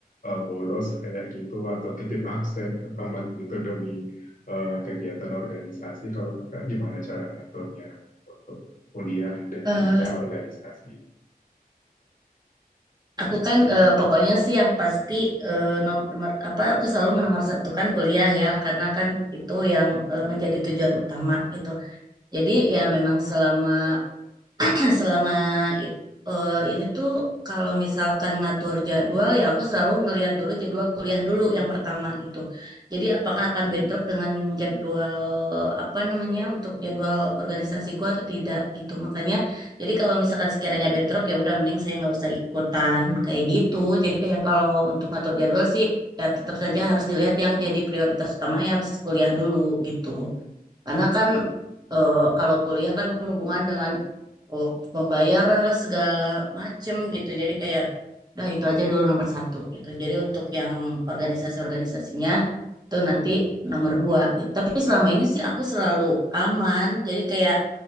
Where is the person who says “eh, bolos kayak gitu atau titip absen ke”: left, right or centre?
Left